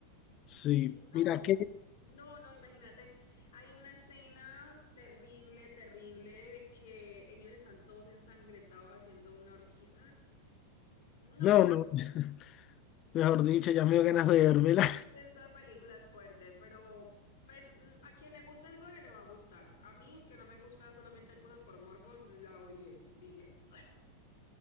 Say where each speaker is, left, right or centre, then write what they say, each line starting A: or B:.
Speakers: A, on the left (about 35°); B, on the left (about 55°).
A: Sí,
B: Y no,
A: mira que...
B: no, no, imagínate. Hay una escena terrible, terrible, que ellos están todos ensangrentados haciendo una orgía. Mm, mm, no.
A: No, no, <laughs> mejor dicho, ya me dio ganas de vérmela.
B: Esa película es fuerte, pero pues, mm, a quien le gusta el gore le va a gustar. A mí, que no me gusta solamente ver cosas por morbo, la odié. Dije, "Bleh",